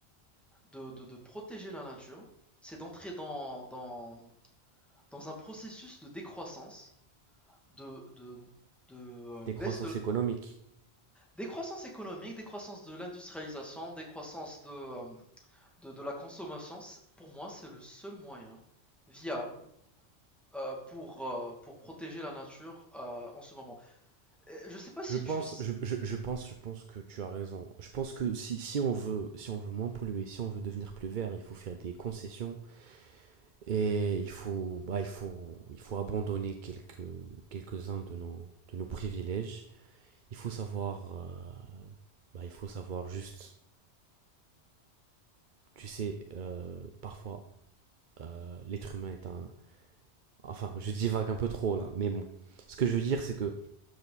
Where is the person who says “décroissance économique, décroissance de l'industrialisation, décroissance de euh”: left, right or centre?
Centre